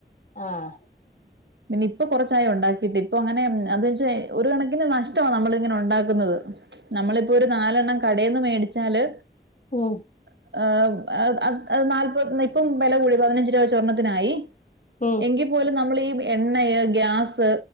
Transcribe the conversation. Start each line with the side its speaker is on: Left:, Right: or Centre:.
Left: ആഹ
Right: നിപ്പ കുറച്ചായി ഉണ്ടാക്കിട്ട് ഇപ്പോ അങ്ങനെ അന്നൊച്ച ഒരു കണക്കിന് നഷ്‌ടമാണ് നമ്മള് ഇങ്ങനെ ഉണ്ടാക്കുന്നത് നമ്മള് ഇപ്പോരു നാലെണ്ണം കടേന്ന് മേടിച്ചാ ചാല്
Left: ഉം
Right: <unintelligible> അയ് അയ് നാല്പത് <unintelligible> ഇപ്പം ഇപ്പം വില കൂടി പതിനഞ്ചിരൂപാ വെച്ച് ഒരണ്ണത്തിനായി
Left: ഉം
Right: എങ്കിപോലും നമ്മളി എണ്ണയ് ഗ്യാസ്